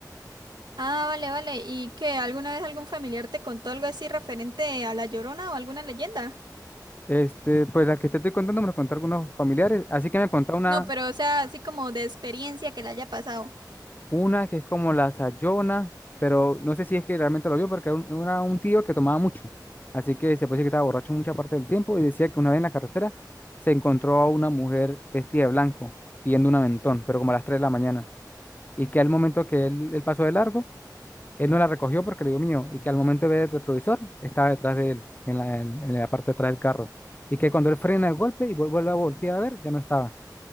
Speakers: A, on the right; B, on the left.
A: Ah, vale, vale. ¿Y qué? ¿Alguna vez algún familiar te contó algo así referente a la Llorona o alguna leyenda?
B: Este, pues la que te estoy contando me lo contaron algunos familiares, así que me contó una,
A: No, pero, o sea, así como de experiencia que le haya pasado.
B: una que es como la Sayona, pero no sé si es que realmente lo vio porque era un, era un tío que tomaba mucho, así que se puede decir que estaba borracho mucha parte del tiempo y decía que una vez en la carretera se encontró a una mujer vestida de blanco pidiendo un aventón, pero como a las 3 de la mañana, y que al momento que él, él pasó de largo, él no la recogió porque le dio miedo, y que al momento de ver el retrovisor estaba detrás de él, en la, en en la parte de atrás del carro, y que cuando él frena de golpe y vuel- vuelve a voltear a ver, ya no estaba.